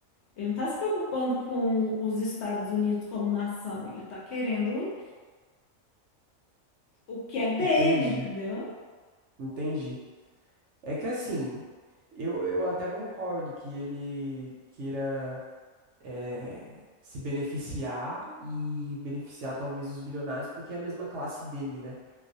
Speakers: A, on the left (about 65°); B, on the right (about 65°).
A: Ele não está se preocupando com os Estados Unidos como nação, ele está querendo o que é dele,
B: Entendi.
A: entendeu?
B: Entendi. É que assim, eu, eu até concordo que ele queira eh, se beneficiar e beneficiar talvez os bilionários, porque é a mesma classe dele, né?